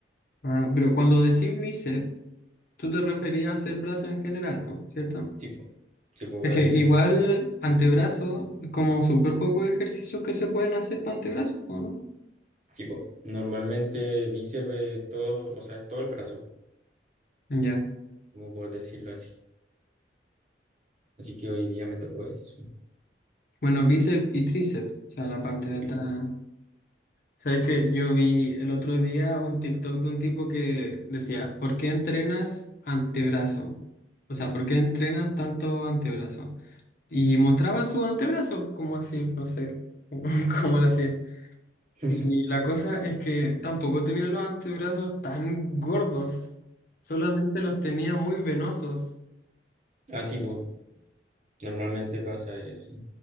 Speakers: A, on the left (about 55°); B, on the right (about 40°).
A: Ah, pero cuando decís bíceps, tú te referías a hacer brazo en general, ¿no? ¿Cierto?
B: Sí, po. Sí, brazo
A: Es que igual
B: en general.
A: antebrazo, como súper pocos ejercicios que se pueden hacer para antebrazo, ¿o no?
B: Sí, Normalmente bíceps, es todo, o sea, es todo el brazo,
A: Ya.
B: como por decirlo así. Así que hoy día me tocó eso.
A: Bueno, bíceps y tríceps, o sea, la parte de atrás.
B: Sí,
A: ¿Sabes que Yo vi el otro día un TikTok de un tipo que decía, ¿por qué entrenas antebrazo? O sea, ¿por qué entrenas tanto antebrazo? Y mostraba su antebrazo, como así, no sé <laughs> cómo lo hacía.
B: <laughs>
A: Y la cosa es que tampoco tenía los antebrazos tan gordos, solamente los tenía muy venosos.
B: Ah, sí, pues, normalmente pasa eso.